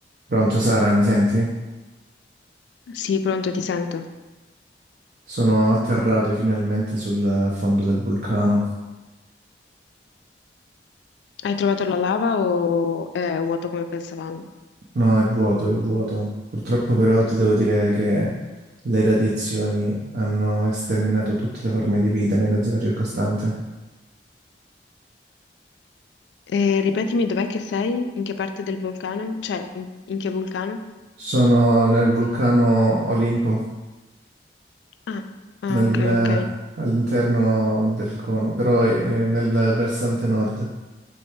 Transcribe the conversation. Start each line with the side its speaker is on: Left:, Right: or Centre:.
Right: Pronto Sara, mi senti?
Left: Sì, pronto, ti sento.
Right: Sono atterrato finalmente sul fondo del vulcano.
Left: Hai trovato la lava o è vuoto come pensavamo?
Right: No, è vuoto, è vuoto. Purtroppo però ti devo dire che le radiazioni hanno esterminato tutte le forme di vita nella zona circostante.
Left: E ripetimi, dov'è che sei? In che parte del vulcano? Cioè, in, in che vulcano?
Right: Sono nel vulcano Olimpo,
Left: Ah, ah,
Right: nel-
Left: ok,
Right: nel-
Left: ok.
Right: all'interno del cono, però eh, nel versante nord.